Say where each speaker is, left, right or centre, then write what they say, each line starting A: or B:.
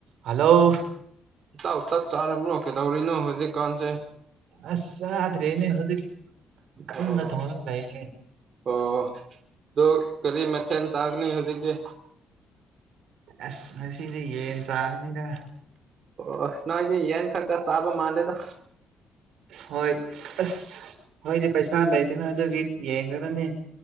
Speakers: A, on the right; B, on the right.
A: Hello
B: ꯏꯇꯥꯎ ꯆꯥꯛ ꯆꯥꯔꯕ꯭ꯔꯣ ꯀꯗꯧꯔꯤꯅꯣ ꯍꯧꯖꯤꯛ ꯀꯥꯟꯁꯦ
A: ꯑꯁ ꯆꯥꯗ꯭ꯔꯤꯅꯦ ꯍꯧꯖꯤꯛ ꯀꯟꯅ
B: ꯑꯣ
A: ꯊꯣꯡꯉꯒ ꯂꯩꯅꯦ꯫
B: ꯑꯣ ꯑꯗꯣ ꯀꯔꯤ ꯃꯊꯦꯜ ꯆꯥꯒꯅꯤ ꯍꯧꯖꯤꯛꯇꯤ
A: ꯑꯁ ꯉꯁꯤꯗꯤ ꯌꯦꯟ ꯆꯥꯔꯅꯤꯗ
B: ꯑꯣ ꯅꯣꯢꯗꯤ ꯌꯦꯟ ꯈꯛꯇ ꯆꯥꯕ ꯃꯥꯂꯦꯗ
A: ꯍꯣꯏ ꯑꯁ ꯅꯣꯏꯗꯤ ꯄꯩꯁꯥ ꯂꯩꯇꯦꯅ ꯑꯗꯨꯒꯤ ꯌꯦꯡꯈ꯭ꯔꯥꯕꯅꯦ